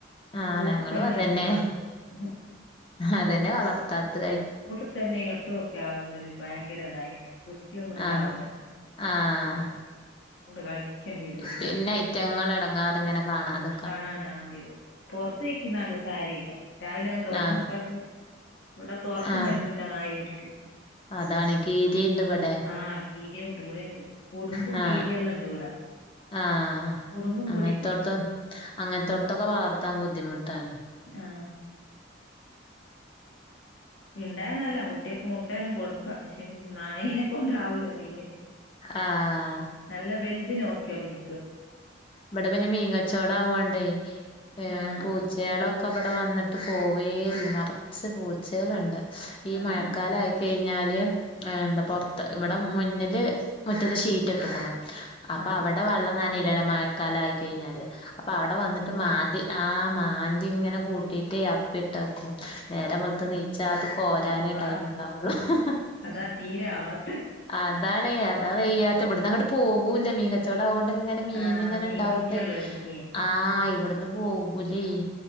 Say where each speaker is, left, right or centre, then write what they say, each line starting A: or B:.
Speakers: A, on the left; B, on the left.
A: ആഹ്
B: കൂട്ട്
A: ഞങ്ങളും
B: തന്നെട്ട്
A: അതന്നെ
B: പ്പോറ്റ ഹ്
A: അതന്നെ വളർത്താത്തത്
B: കൂട് തന്നെ ഇട്ക്കെ ഇവർ ഭയങ്കരതായിട്ട് വൃത്തിയൊന്നും ഇണ്ടാവൂലാലോ
A: ആഹ് ആഹ്
B: കളിക്കേണ്ടി വരും
A: പിന്നെ ഐറ്റങ്ങൾ അടങ്ങാർ ങ്ങനെ കാണാന് നി
B: കാണൻ ആണ്ടീവരൂല പുറത്തേക്കുന്ന അങ് സാരയില്ല രാവിലെ അങ്ങ് തുറന്വിട്ട
A: ആഹ്
B: പിന്നെ ഇവിടെ തുറക്കുന്നതിന്
A: ആഹ്
B: മുന്നേ നായി പിടിക്കു
A: <inaudible> അതാണ് കീരിണ്ട് ഇബടെ
B: ആഹ് കീരിയുണ്ട് ഇവിടെണ്ട് ഉടുമ്പും
A: ഹാ
B: കീരിയെല്ലാം ഇണ്ട് ഇവിടെ
A: ആഹ
B: ഉടുമ്പും
A: അങ്ങനത്തോടത്ത
B: പിടിക്കും
A: അങ്ങനത്തോടത്തൊക്കെ
B: ഉം
A: വളർത്താൻ ബുദ്ധിമുട്ടാണ്.
B: ആഹ് ഇണ്ടായന്നല്ല കുട്ടികക്ക് മുട്ടെല്ലാം കൊടുക്കും. പക്ഷെങ്ക നായിനെ കൊണ്ടാവൂല തീരെ.
A: ആഹ്
B: നല്ല വെലുത നോക്കിയാ പിടിക്ക
A: ഇവിടെ പിന്നെ മീൻകച്ചവട ആവണ്ടേ ഏ
B: ആഹ്
A: പൂച്ച കുട്ടിളൊക്കെ ഇവിടെ വന്നിട്ട് പോവേല്ല നറച്ച് പൂച്ചകളുണ്ട്. ഈ
B: ആഹ്
A: മഴക്കാല ആയി കഴിഞ്ഞാല് എന്താ പുറത്ത് ഇവിടെ മുന്നില് മുറ്റത്ത് ഷീറ്റ് ഇട്ടുക്കുനു അപ്പൊവടെ
B: ആഹ്
A: വെള്ളം നനീലല്ലോ മഴക്കാല ആയി കഴിഞ്ഞാല് അപ്പൊ അവിടെ വന്നിട്ട് മാറ്റ ആ മാന്തിങ്ങനെ കൂട്ടിയിട്ട് അപ്പിട്ട പ്പെ നേരം
B: ആഹ്
A: വെള്ത് നീച അത് കോരനെ
B: അള്ളാ
A: ടൈം ണ്ടാക്കൊള്ളൂ ഹ ഹ
B: അതാ തീരെ ആവാത്ത്
A: അതാണ് അതാ വയ്യാത്ത ഇവിടന്ന് അങ്ങോട്ട് പോവൂല്ല മീ കച്ചോടവോണ്ട് ഇങ്ങനെ മീൻ
B: ആഹ്
A: ഇങ്ങനെ ഇണ്ടാവോണ്ട്
B: കിട്ടുവല്ലോ ഓൽക്ക്
A: ആഹ് ഇവിടുന്ന് പോവുലെ